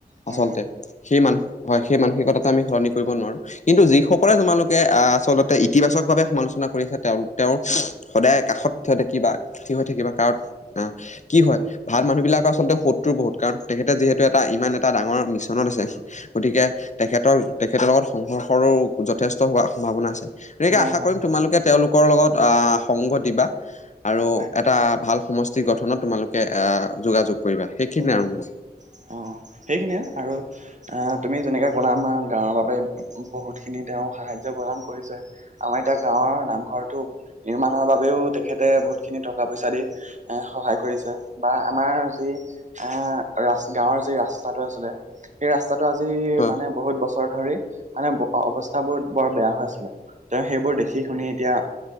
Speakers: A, on the right; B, on the left.
A: হয়
B: আচলতে। সেই মান হয় সেই মানসিকতাটো আমি সলনি কৰিব নোৱাৰো কিন্তু যিসকলে তোমালোক আহ আচলতে ইতিবাচক ভাৱে সমালোচনা কৰি আছে তেওঁ - তেওঁৰ সদায় কাষত থ থাকিবা থ হৈ থাকিবা কাৰণ আহ কি হয় ভাল মানুহব বিলাকৰ আচলতে সত্ৰৰ বহুত কাৰণ তেখেতে যিহেতু এটা ইমান এটা ডাঙৰ মিছনত আছে। গতিকে তেখেতৰ তেখেতৰ লগত সংঘৰ্ষৰো যথেষ্ট হোৱাৰ সম্ভাৱনা আছে।
A: হয়
B: গতিকে আশা
A: হয়
B: কৰিম তোমালোকে তেওঁলোকৰ লগত আহ সংগ দিবা। আৰু
A: হয় হয়
B: এটা ভাল সমষ্টি গঠনত তোমালোকে আহ যোগাযোগ কৰিবা সেইখিনিয়
A: উম উম
B: আৰু মোৰ
A: অ, সেইখিনিয়ে আৰু আহ তুমি যেনেকে ক'লা আমাৰ গাঁৱৰ বাবে বহুত খিনি তেওঁ সাহাৰ্য্য প্ৰদান কৰিছে। আমাৰ এতিয়া গাঁৱৰ নামঘৰটো নিৰ্মামানৰ বাবেও তেখেতে বহুত খিনি টকা পইচা দি। এ সহায় কৰিছে বা আমাৰ যি আহ ৰা গাঁৱৰ যি ৰাস্তাটো আছিলে সেই ৰাস্তাটো আজি
B: হয়
A: মানে বহুত বছৰ ৰ ধৰি মানে অৱস্থাবোৰ বৰ বেয়া হৈ আছিলে তেওঁ সেইবোৰ দেখি শুনি এতিয়া